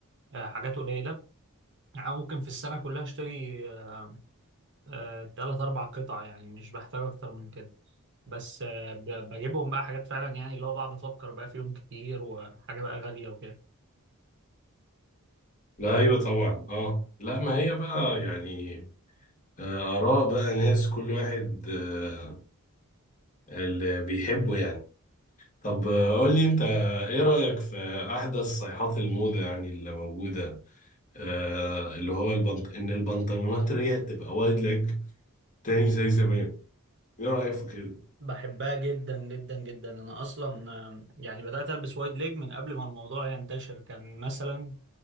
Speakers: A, on the right; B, on the left.
A: آه، حاجات قليله يعني ممكن في السنه كلها اشتري آه، آه، تلات اربع قطع يعني مش بحتاج اكتر من كده بس آه، ب- بجيبهم بقى حاجات فعلا يعني اللي هو بقعد افكر بقى فيهم كتير وحاجه بقى غاليه وكده
B: لا ايوه طبعا اه لا ما هي بقى يعني آه، آراء بقى ناس كل واحد آه، اللي بيحبه يعني طب آه، قول لي أنت إيه رأيك في أحدث صيحات الموضة يعني اللي موجودة آه، اللي هو البنط... إن البنطلونات رجعت تبقى وايد ليج تاني زي زمان إيه رأيك في كده؟
A: بحبها جدا جدا جدا انا اصلا آم، يعني بدات البس وايد ليج من قبل ما الموضوع ينتشر كان مثلا